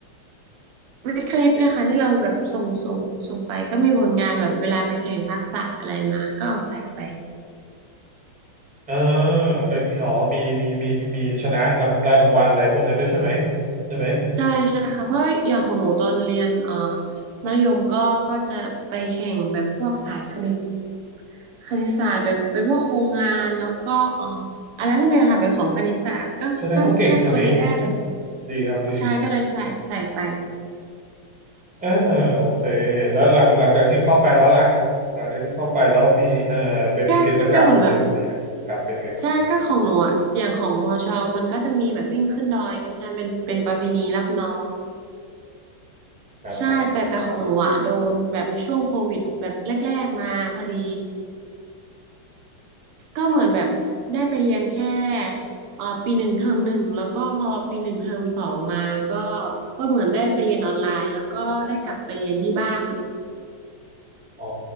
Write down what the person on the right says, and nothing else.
วิทย์คณิตเนี่ยค่ะที่เราแบบส่งส่งส่งไปก็มีผลงานแบบเวลาไปแข่งทักษะอะไรมาก็เอาใส่ไป
ใช่ใช่ค่ะเพราะอย่างของหนูตอนเรียนเอ่อมัธยมก็ก็จะไปแข่งแบบพวกสายคณิต คณิตศาสตร์เป็นเป็นพวกโครงงานแล้วก็เอ่ออะไรพวกเนี้ยค่ะเป็นของคณิตศาสตร์ก็ก็ก็เลยได้แบบ
ใช่ก็เลยใส่ใส่ไป
ก็ก็เหมือนแบบใช่ก็ของหนูอะอย่างของมอชอมันก็จะมีแบบวิ่งขึ้นดอยกันใช่ไหมเป็นเป็นประเพณีรับน้อง
ใช่แต่แต่ของหนูอ่ะโดนแบบช่วงโควิดแบบแรกๆมาพอดี ก็เหมือนแบบได้ไปเรียนแค่เอ่อปีหนึ่งเทอมหนึ่งแล้วก็พอปีหนึ่งเทอมสองมาก็ก็เหมือนได้ไปเรียนออนไลน์แล้วก็ได้กลับไปเรียนที่บ้าน